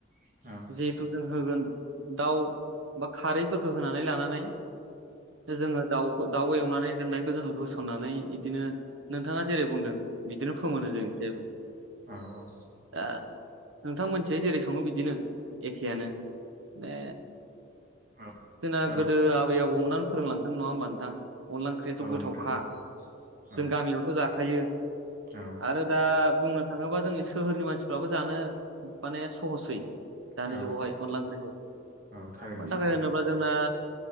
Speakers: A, on the right (about 40°); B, on the right (about 75°).
A: औ
B: जिहेथु जों होगोन दाउ बा खारैफोरखौ होनानै लानानै जोङो दाउफो दाउ एवनानै दोननायखौ जोङो होसननानै इदिनो नोंथाङा जेरै बुंदों। बिदिनो फोमोनो जों जेबो
A: औ औ
B: नोंथांथिंजाय जेरै सङो बिदिनो एखेयानो बे
A: औ
B: जोंना
A: औ
B: गोदो आबै आबौ मोनानो फोरों लांखानाय नङा होमबा नोंथां? अनला ओंख्रियाथ'
A: औ
B: गोथावखा
A: नोंथां औ औ
B: जों गामियावथ' जाथ' खायो
A: औ
B: आरो दा बुंनो थाङोबा जोंनि सोहोरनि मानसिफ्राबो जानो माने सहसै दानि
A: औ
B: जुगावहाय अनला ओंख्रिखौ
A: औ थारैनो
B: मानि थाखाय
A: सैथो
B: होनोबा जोंना